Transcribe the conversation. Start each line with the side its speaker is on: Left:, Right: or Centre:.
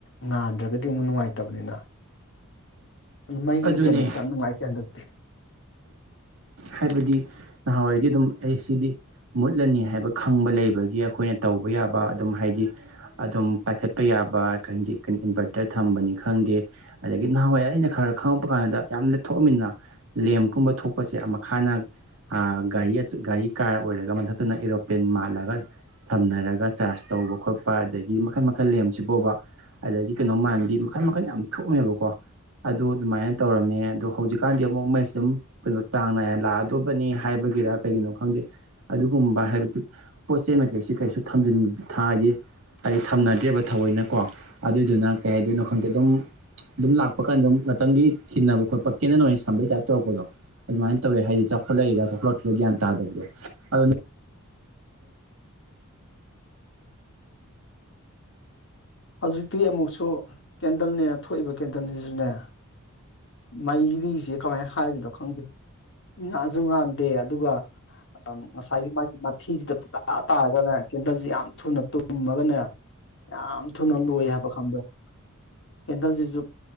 Left: ꯉꯥꯟꯗ꯭ꯔꯒꯗꯤ ꯑꯃꯨꯛ ꯅꯨꯡꯉꯥꯏꯇꯕꯅꯤꯅ ꯑꯗꯨ ꯃꯩꯒꯤ
Right: ꯑꯗꯨꯅꯦ
Left: ꯀꯩꯅꯣꯁꯦ ꯌꯥꯝ ꯅꯨꯡꯉꯥꯏꯇꯦ ꯍꯟꯗꯛꯇꯤ
Right: ꯍꯥꯏꯕꯗꯤ ꯅꯍꯥꯟꯋꯥꯏꯗꯤ ꯑꯗꯨꯝ ꯑꯩ ꯁꯤꯗꯤ ꯃꯨꯠꯂꯅꯤ ꯍꯥꯏꯕ ꯈꯪꯕ ꯂꯩꯕꯒꯤ ꯑꯩꯈꯣꯏꯅ ꯇꯧꯕ ꯌꯥꯕ ꯑꯗꯨꯝ ꯍꯥꯏꯗꯤ ꯑꯗꯨꯝ ꯄꯥꯏꯈꯠꯄ ꯌꯥꯕ ꯏꯟꯚꯔꯇꯔ ꯊꯝꯕꯅꯤ ꯈꯪꯗꯦ ꯑꯗꯒꯤ ꯅꯍꯥꯟꯋꯥꯏ ꯑꯩꯅ ꯈꯔ ꯈꯪꯉꯛꯕ ꯀꯥꯟꯗ ꯌꯥꯝꯅ ꯊꯣꯛꯑꯃꯤꯅ ꯂꯦꯝꯒꯨꯝꯕ ꯊꯣꯛꯄꯁꯦ ꯑꯃꯛ ꯍꯥꯟꯅ ꯒꯥꯔꯤ ꯒꯥꯔꯤ ꯀꯥꯔ ꯑꯣꯏꯔꯒ ꯃꯊꯛꯇꯅ ꯑꯦꯔꯣꯄ꯭ꯂꯦꯟ ꯃꯥꯜꯂꯒ ꯁꯝꯅꯔꯒ ꯆꯥꯔꯖ ꯇꯧꯕ ꯈꯣꯠꯄ ꯑꯗꯒꯤ ꯃꯈꯜ ꯃꯈꯜ ꯂꯦꯝꯁꯤꯕꯣꯕ ꯑꯗꯒꯤ ꯀꯩꯅꯣ ꯃꯥꯟꯕꯤ ꯃꯈꯜ ꯃꯈꯟ ꯌꯥꯝ ꯊꯣꯛꯃꯦꯕꯀꯣ ꯑꯗꯨ ꯑꯗꯨꯃꯥꯏꯅ ꯇꯧꯔꯝꯃꯦ ꯑꯗꯣ ꯍꯧꯖꯤꯛꯀꯥꯟꯗꯤ ꯑꯃꯨꯛ ꯃꯩꯁꯤ ꯑꯗꯨꯝ ꯀꯩꯅꯣ ꯆꯥꯡ ꯅꯥꯏ ꯂꯥꯛꯑꯗꯧꯕꯅꯤ ꯍꯥꯏꯕꯒꯤꯔ ꯀꯩꯒꯤꯅꯣ ꯈꯪꯗꯦ ꯑꯗꯨꯒꯨꯝꯕ ꯍꯥꯏꯕꯗꯤ ꯄꯣꯠ ꯆꯩ ꯃꯀꯩꯁꯤ ꯀꯩꯁꯨ ꯑꯗꯨꯝ ꯊꯥꯒꯤ ꯑꯩ ꯊꯝꯅꯗ꯭ꯔꯦꯕ ꯊꯑꯣꯏꯅꯀꯣ ꯑꯗꯨꯏꯗꯨꯅ ꯀꯩ ꯍꯥꯏꯗꯣꯏꯅꯣ ꯈꯪꯗꯦ ꯑꯗꯨꯝ ꯑꯗꯨꯝ ꯂꯥꯛꯄ ꯀꯥꯟꯗ ꯑꯗꯨꯝ ꯉꯥꯛꯇꯪꯒꯤ ꯊꯤꯅꯕ ꯈꯣꯠꯄ ꯀꯦꯟꯗꯟ ꯑꯣꯏꯅ ꯁꯝꯕꯒꯤ ꯇꯥꯏꯞ ꯇꯧꯔꯛꯄꯗꯣ ꯑꯗꯨꯃꯥꯏꯅ ꯇꯧꯋꯦ ꯍꯥꯏꯗꯤ ꯆꯥꯎꯈꯠꯂꯛꯏꯔꯥ ꯆꯥꯎꯈꯠꯂꯛꯇ꯭ꯔꯤꯔꯥ ꯒ꯭ꯌꯥꯟ ꯇꯥꯗꯕꯗꯣ ꯑꯗꯨ
Left: ꯍꯧꯖꯤꯛꯇꯤ ꯑꯃꯨꯛꯁꯨ ꯀꯦꯟꯗꯜꯅꯦꯅ ꯊꯣꯛꯏꯕ ꯀꯦꯟꯗꯜꯁꯤꯁꯨꯅꯦ ꯃꯩꯔꯤꯁꯦ ꯀꯃꯥꯏꯅ ꯍꯥꯏꯗꯣꯏꯅꯣ ꯈꯪꯗꯦ ꯉꯥꯟꯁꯨ ꯉꯥꯟꯗꯦ ꯑꯗꯨꯒ ꯉꯁꯥꯏꯒꯤ ꯃꯥꯒꯤ ꯃꯊꯤꯁꯤꯗ ꯄꯇꯥ ꯇꯥꯔꯒꯅꯦ ꯀꯦꯟꯗꯜꯁꯤ ꯌꯥꯝ ꯊꯨꯅ ꯇꯨꯝꯃꯒꯅꯦ ꯌꯥꯝ ꯊꯨꯅ ꯂꯣꯏ ꯍꯥꯏꯕ ꯈꯪꯕ꯭ꯔ ꯀꯦꯟꯗꯜꯁꯤꯁꯨ